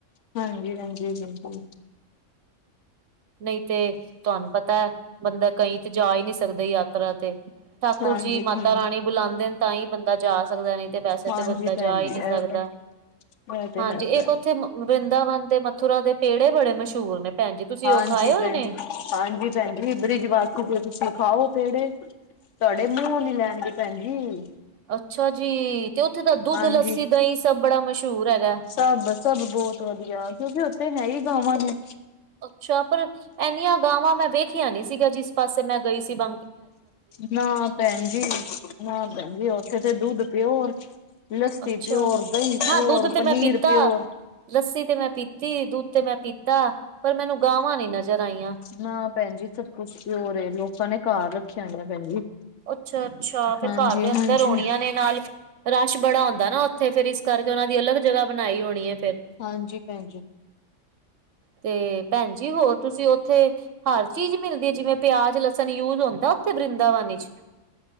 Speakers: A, on the left; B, on the right.
A: ਹਾਂਜੀ, ਹਾਂਜੀ ਬਿਲਕੁਲ।
B: ਨਹੀਂ ਤੇ ਤੁਹਾਨੂੰ ਪਤਾ ਹੈ ਬੰਦਾ ਕਈ ਤੇ ਜਾਈ ਈ ਨਹੀ ਸਕਦੇ ਯਾਤਰਾ ਤੇ, ਠਾਕੁਰ
A: ਹਾਂਜੀ
B: ਜੀ ਮਾਤਾ
A: ਹ
B: ਰਾਣੀ ਬੁਲਾਉਂਦੇ ਨੇ ਤਾਂ ਹੀ ਬੰਦਾ ਜਾ ਸਕਦਾ ਹੈ, ਨ ਤੇ ਵੈਸੇ
A: ਹਾਂਜੀ
B: ਤਾਂ ਬੰਦਾ
A: ਭੈਣ
B: ਜਾ ਹੀ
A: ਜੀ
B: ਨਹੀਂ
A: ਇਹ
B: ਸਕਦਾ
A: ਤੇ ਇਹ ਤੇ
B: ਹਾਂਜੀ
A: ਹੈ ਭੈਣ
B: ਇੱਕ ਉੱਥੇ ਮ ਵਰਿੰਦਾਵਨ ਦੇ ਮਥੁਰਾ ਦੇ ਪੇੜੇ ਬੜੇ ਮਸ਼ਹੂਰ ਨੇ ਭੈਣ ਜੀ ਤੁਸੀਂ ਉਹ,
A: ਹਾਂਜੀ
B: ਖਾਏ ਹੋਏ
A: ਭੈਣ
B: ਨੇ
A: ਜੀ ਹਾਂਜੀ ਭੈਣ ਜੀ ਬ੍ਰਿਜ ਵਾਸੀ ਦੇ ਤੁਸੀਂ ਖਾਓ ਪਹੜੇ, ਤੁਹਾਡੇ ਮੂੰਹੋਂ ਨੀ ਲੈਣਗੇ ਭੈਣ ਜੀ,
B: ਅੱਛਾ ਜੀ ਤੇ ਉੱਥੇ ਦਾ ਦੁੱਧ
A: ਹਾਂਜੀ
B: ਲੱਸੀ ਦਹੀਂ ਸਭ ਬੜਾ ਮਸ਼ਹੂਰ ਹੈਗਾ।
A: ਸਭ- ਸਭ ਬਹੁਤ ਵਧੀਆ, ਕਿਉਂਕਿ ਉੱਥੇ ਹੈ ਹੀ ਗਾਵਾਂ ਨੇ।
B: ਅੱਛਾ, ਪਰ ਇੰਨੀਆਂ ਗਾਵਾਂ ਮੈਂ ਵੇਖੀਆਂ ਨੀ ਸੀਗਾ, ਜਿਸ ਪਾਸੇ ਮੈਂ ਗਈ ਸੀ ਬ
A: ਨਾ ਭੈਣ ਜੀ, ਨਾ ਭੈਣ ਜੀ, ਉਥੇ ਤੇ ਦੁੱਧ ਪਿਓਰ ਲੱਸੀ
B: ਅੱਛਾ,
A: ਪਿਓਰ, ਦਹੀਂ
B: ਹਾਂ
A: ਪਿਓਰ,
B: ਦੁੱਧ ਤੇ
A: ਪਨੀਰ
B: ਮੈਂ ਪੀਤਾ
A: ਪਿਓਰ
B: ਲੱਸੀ ਤੇ ਮੈਂ ਪੀਤੀ, ਦੁੱਧ ਤੇ ਮੈਂ ਪੀਤਾ, ਪਰ ਮੈਨੂੰ ਗਾਵਾਂ ਨੀ ਨਜ਼ਰ ਆਈਆਂ
A: ਨਾ ਭੈਣ ਜੀ, ਸਭ ਕੁਛ ਪਿਓਰ ਹੈ, ਲੋਕਾਂ ਨੇ ਘਰ ਰੱਖਿਆ ਹੋਇਆ ਭੈਣ ਜੀ।
B: ਅੱਛਾ ਅੱਛਾ, ਫੇਿਰ
A: ਹਾਂਜੀ
B: ਘਰ ਦੇ ਅੰਦਰ
A: ਹਾਂਜੀ
B: ਹੋਣੀਆਂ ਨੇ ਨਾਲ ਰਸ਼ ਬੜਾ ਹੁੰਂਦਾ ਨਾ ਉੱਥੇ, ਫੇਿਰ ਇਸ ਕਰਕੇ ਉਹਨਾਂ ਦੀ ਅਲੱਗ ਜਗ੍ਹਾ ਬਣਾਈ ਹੋਣੀ ਹੈ ਫੇਿਰ
A: ਹਾਂਜੀ, ਭੈਣ ਜੀ।
B: ਤੇ ਭੈਣ ਜੀ, ਹੋਰ ਤੁਸੀਂ ਉੱਥੇ ਹਰ ਚੀਜ਼ ਮਿਲਦੀ ਹੈ, ਜਿਵੇਂ ਪਿਆਜ, ਲਸਣ, ਯੂਜ ਹੁੰਦਾ ਉੱਥੇ ਵਰਿੰਦਾਵਨ 'ਚ?